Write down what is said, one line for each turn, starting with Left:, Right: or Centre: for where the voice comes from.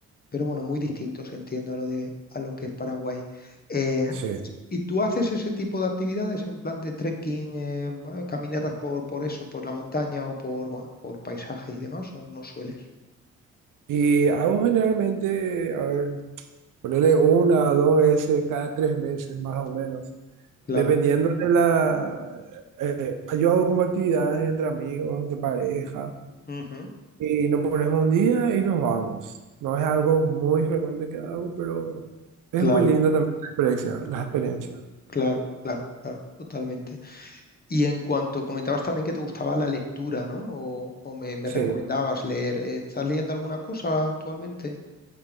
Left: Pero bueno, muy distintos, entiendo, a lo de, a lo que es Paraguay. Eh,
Right: sí.
Left: ¿Y tú haces ese tipo de actividades en plan de trekking, eh, va, caminatas por, por eso, por la montaña o por, bueno, por paisajes y demás? ¿O no sueles?
Right: Y hago generalmente, a ver, ponerle una a dos veces cada tres meses, más o menos.
Left: Claro.
Right: Dependiendo de la... eh, yo hago como actividades entre amigos, entre pareja.
Left: Ujú.
Right: Y nos ponemos un día y nos vamos. No es algo muy frecuente que hago, pero es
Left: Claro,
Right: muy lindo también la experiencia, las experiencias.
Left: claro, claro, claro, totalmente. Y en cuanto comentabas también que te gustaba la lectura, ¿no? O, o me, me
Right: Sí.
Left: recomendabas leer. eh, ¿Estás leyendo alguna cosa actualmente?